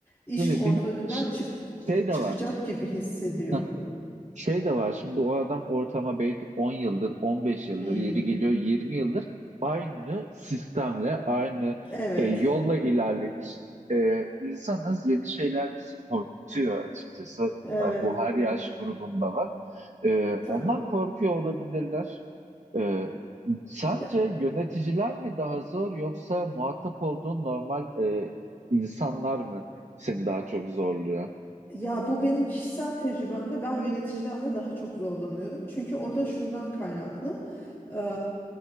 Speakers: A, on the left; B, on the right.
A: iş
B: Tabii
A: kontrolünden
B: bir de
A: çık
B: şey de
A: çıkacak
B: var.
A: gibi hissediyor.
B: <laughs> Şey de var şimdi o adam ortama belki 10 yıldır, on beş yıldır,
A: Hmm,
B: yeri geliyor 20 yıldır aynı sistemle, aynı
A: evet.
B: e, yolla ilerlemiş. E, insanız yeni şeyler bizi korkutuyor açıkçası.
A: Evet.
B: E, Bu her yaş grubunda var. E,
A: Tabii.
B: ondan korkuyor olabilirler. E, sence
A: Ya
B: yöneticiler mi daha zor yoksa muhatap olduğun normal e, insanlar mı seni daha çok zorluyor?
A: Ya bu benim kişisel tecrübemde ben yöneticilerle daha çok zorlanıyorum. Çünkü o da şundan kaynaklı. Ee,